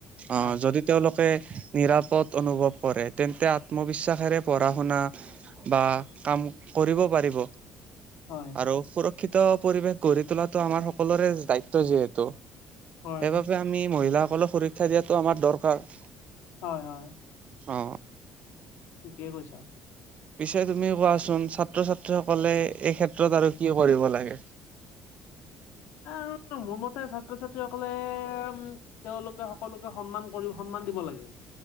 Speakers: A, on the left; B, on the right.
A: হয়
B: অ যদি তেওঁলোকে নিৰাপদ অনুভৱ কৰে তেন্তে আত্মবিশ্বাসেৰে পঢ়া শুনা বা কাম কৰিব পাৰিব।
A: হয়
B: আৰু সুৰক্ষিত পৰিৱেশ গঢ়ি তোলাটো আমাৰ সকলোৰে দায়িত্ব যিহেতু সেইবাবে
A: হয়
B: আমি মহিলাসকলক সুৰক্ষা দিয়াটো আমাৰ দৰকাৰ।
A: হয় হয়।
B: অ।
A: ঠিকেই কৈছা।
B: পিছে তুমি কোৱাচোন ছাত্ৰ ছাত্ৰী সকলে এই ক্ষেত্ৰত আৰু কি কৰিব লাগে?
A: আহ মোৰ মতে ছাত্ৰ ছাত্ৰীসকলে উম তেওঁলোকে সকলোকে সন্মান কৰি সন্মান দিব লাগে